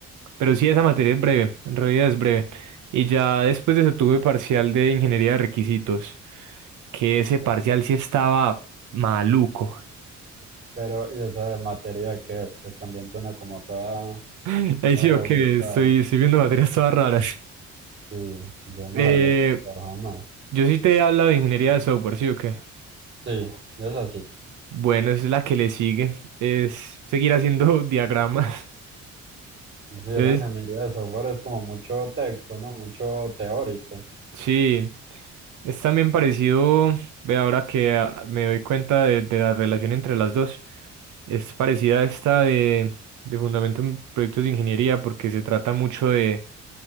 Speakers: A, on the right (about 80°); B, on the right (about 40°).
A: pero sí, esa materia es breve, en realidad es breve. Y ya después de eso tuve parcial de ingeniería de requisitos, que ese parcial
B: Eh,
A: sí estaba maluco.
B: Pero, y esa de materia que es, también suena como toda,
A: <laughs> Ahí
B: toda
A: sí,
B: rebuscada.
A: ok, estoy, estoy viendo materias todas raras.
B: Sí, yo no
A: Eh,
B: la había escuchado jamás.
A: yo sí te he hablado de ingeniería de software, ¿sí o qué?
B: Sí, es así.
A: Bueno, es la que le sigue, es seguir haciendo <laughs> diagramas.
B: Sí, esa
A: Entonces,
B: ingeniería de software es como mucho texto, ¿no? Mucho teórico.
A: Sí, es también parecido, ve ahora que ah, me doy cuenta de, de la relación entre las dos, es parecida a esta de, de Fundamento en Proyectos de Ingeniería porque se trata mucho de,